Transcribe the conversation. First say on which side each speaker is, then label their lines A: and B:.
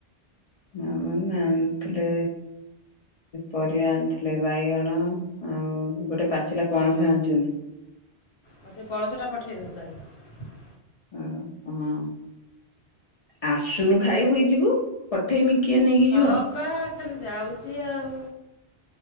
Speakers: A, on the left (about 60°); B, on the left (about 75°).
A: ମାମ ମା ଆଣିଥିଲେ ପରିବା ଆଣିଥିଲେ ବାଇଗଣ ଆଉ ଗୋଟେ ପାଚିଲା ପଣସ ଆଣିଛନ୍ତି
B: ଆଉ ସେ ପଣସଟା ପଠେଇ ଦୋବୁ ତାହେଲେ।
A: <unintelligible> ଆସୁନୁ ଖାଇବୁଇ ଯିବୁ। ପଠେଇମି କିଏ ନେଇକି
B: ହଁ
A: ଯିବ?
B: ପା ଖାଲି ଯାଉଚି ଆଉ।